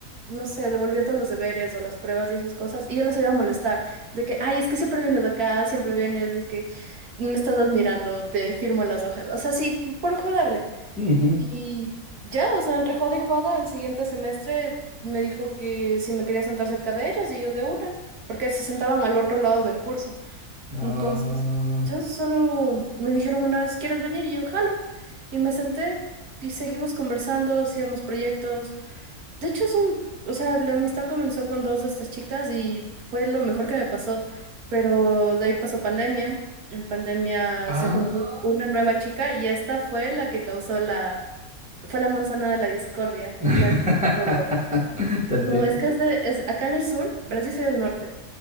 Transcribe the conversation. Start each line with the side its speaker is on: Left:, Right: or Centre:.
Right: no sé, devolviendo los deberes o las pruebas y esas cosas, y yo les iba a molestar, de que, ay, es que siempre vienes acá, siempre vienes, es que me estás admirando, te firmo las hojas, o sea, sí, por joderle.
Centre: Ujú.
Right: Y ya, o sea, entre joda y joda, al siguiente semestre me dijo que si me quería sentar cerca de ellas y yo de una, porque se sentaban al otro lado del curso.
Centre: Ah,
Right: Entonces, yo solo me dijeron una vez, ¿quieres venir? Y yo, jalo. Y me senté y seguimos conversando, hacíamos proyectos. De hecho, son, o sea, la amistad comenzó con dos de estas chicas y fue lo mejor que me pasó. Pero de ahí pasó pandemia. En pandemia
Centre: ah.
Right: se juntó una nueva chica y esta fue la que causó la fue la manzana de la discordia,
Centre: <laughs>
Right: la que... o-
Centre: Te entiendo.
Right: No, es que es de... Es, acá en el sur, verás, yo soy del norte.